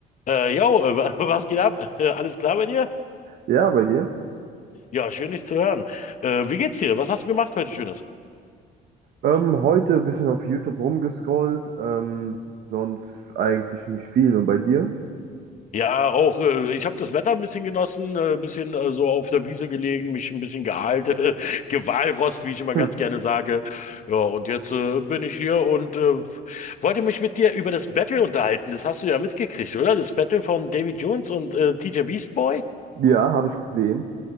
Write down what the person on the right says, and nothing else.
Ja, bei dir.
Ähm, heute ein bisschen auf YouTube rumgescrollt, ähm, sonst eigentlich nicht viel. Und bei dir?
Hm.
Ja, habe ich gesehen.